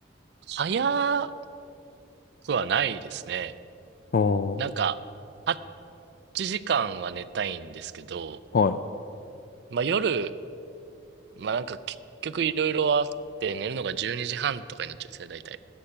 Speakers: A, on the right (about 60°); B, on the left (about 50°).
A: 早くはないですね。
B: あ
A: なんか、8時間は寝たいんですけど、
B: あ、はい。
A: まあ夜、まあなんか結局いろいろあって寝るのが12時半とかになっちゃうんですね、大体。